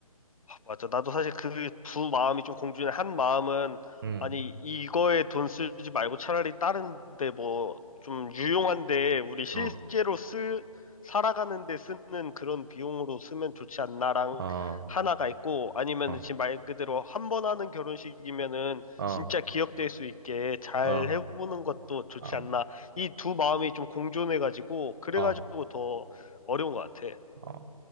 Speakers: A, on the left; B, on the right.
A: 맞아. 나도 사실 그 두 마음이 좀 공존해. 한 마음은,
B: 응.
A: 아니, 이거에 돈 쓰지 말고 차라리 다른데 뭐, 좀 유용한데, 우리 실제로
B: 어.
A: 쓰, 살아가는데 쓰는 그런 비용으로 쓰면 좋지 않나랑
B: 아,
A: 하나가 있고, 아니면
B: 아,
A: 지금 말 그대로 한 번 하는 결혼식이면은
B: 아,
A: 진짜 기억될 수 있게 잘
B: 아,
A: 해보는 것도 좋지
B: 아,
A: 않나. 이 두 마음이 좀 공존해가지고, 그래가지고
B: 아,
A: 더 어려운 것 같아.
B: 아.